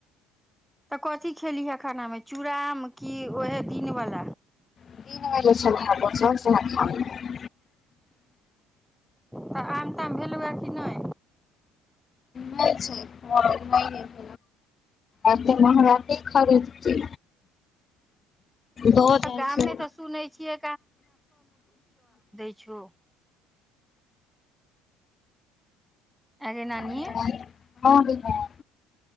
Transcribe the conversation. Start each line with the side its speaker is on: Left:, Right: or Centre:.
Centre: तऽ कथी खेलीहे खाना मे चूड़ा आम की ओएहे दिन वाल
Left: दिन बला <unintelligible>
Centre: तऽ आम ताम भेलौ कि नै
Left: नै छै <unintelligible> एते महगक किखरीद ती दहै
Centre: तऽ
Left: जाय
Centre: गाममे
Left: छै
Centre: तऽ सुनै छियै पुछो आगे
Left: ह
Centre: नानिये
Left: <unintelligible>